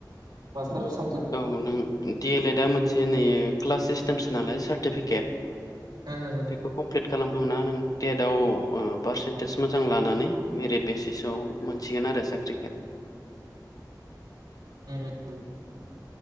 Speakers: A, on the right; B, on the left.
A: मास्टार सा
B: औ नों डि एल एड आ मोनसे नै क्लास सिस्टेमसो नालाय सार्टिफिकेट
A: <unintelligible>
B: बेखौ कमप्लिट खालामखांना नों टेटाव ओ पारसेन्टेज मोजां लानानै मेरिट बेसिसाव मानसिगोन आरो साख्रिखो
A: उम